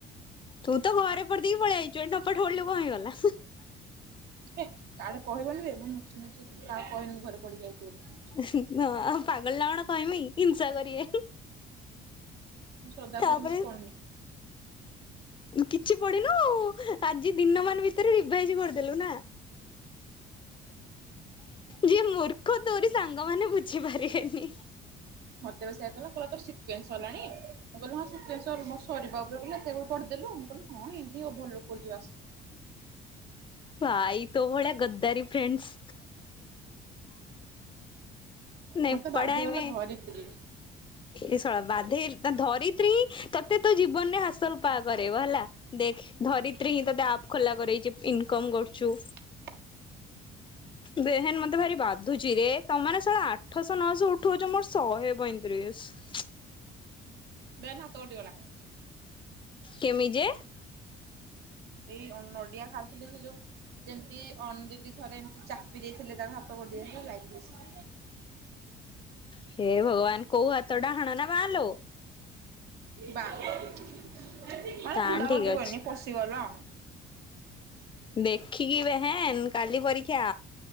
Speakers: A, on the left; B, on the right.
A: ତୁ ତ ଘରେ ପଢ଼ି ଦେଇକି ପଳେଇ ଆଇଛୁ ଏଠି ନପାଠ ପଢିଲେ କଣ ହେଇଗଲା
B: ହେ କାଡେ କହିବନି ଵେ ମୁଁ ନୁଚି ନୁଚି କାହା କହିନି ଘରେ ପଡିକି ଆଇଛି ବୋଲି।
A: ହ ପାଗଳ ନା କଣ କହିମି ହିଂସା କରିବେ।
B: ମୁଁ ଶ୍ରଦ୍ଧା
A: ତାପରେ
B: କହୁଛି ମୁଁ କିଛି ପଡିନି।
A: କିଛି ପଡିନୁ ଆଜି ଦିନ ମାନ ଭିତରେ ରିଭାଇଜ କରିଦେଲୁ ନା। ଯିଏ ମୂ- - ର୍ଖ ତୋରି ସାଙ୍ଗମାନେ ବୁଝିପାରିବେନି।
B: ମତେବା ସେଆ କିହିଲା ତୋର ସିକ୍ଏନ୍ସ ସରିଲାଣି ମୁଁ କହିଲି ହଁ ସିକେନ୍ସ ଅଲମୋଷ୍ଟ ସରିବା ଉପରେ ଏତେ କଉଠୁ ପଢ଼ିଦେଲୁ ମୁଁ କହିଲି ହଁ ଏମିତି ଓଭଲୁକ୍ କରିଛିି ବାସ୍।
A: ଭାଇ ତୋ ଭଳିଆ ଗଦ୍ଦାରି ଫ୍ରେଣ୍ଡସ୍। ନାଇଁ
B: ମତେ ବାଧ୍ୟ
A: ପଢାଇ
B: କଲା
A: ମେ
B: ଧରିତ୍ରୀ।
A: ଏ ସଳା ବାଧେଇ ଧରିତ୍ରୀ ହିଁ ତତେ ତୋ ଜୀବନ ରେ ହାସଲ ପା କରେଇବ ହେଲା। ଦେଖ ଧରିତ୍ରୀ ହିଁ ତୋତେ ଆପ୍ ଖୋଲା କରେଇଛି ଇନକମ କରୁଛୁ।
B: <inaudible>
A: ବେହେନ ମତେ ଭାରି ବାଧୁଛି ରେ ତମ ମାନେ ସଳା ଆ ଠଶହ ନଶହ ଉଠଉଛ ମୋର ଶହେ ପଇଁତିରିଶ।
B: ବେହେନ୍ ହାତ କଟିଗଲା।
A: କେମି ଯେ?
B: ଏଇ ନଡିଆ ଖାଉଥିଲି ସେ ଯୋଉ। ଯେମତି ଅନୁ ଦିଦି ଥରେ ଏମିତି ଚାପି ଦେଇଥିଲେ ତାଙ୍କ ହାତ କଟି ଆଇ ଥିଲା ଲାଇକ ଦିଶ
A: ହେ ଭଗବାନ କୋଉ ହାତ ଟା ଡାହାଣ ନା ବାହ୍ନା ଲୋ?
B: ବା ମାନେ
A: ତାନ
B: ପୁଲା
A: ଠିକ
B: କଟିବନି
A: ଅଛି
B: ପଶିଗଲ।
A: ଦେଖିକି ବେହେନ୍ କାଲି ପରୀକ୍ଷା।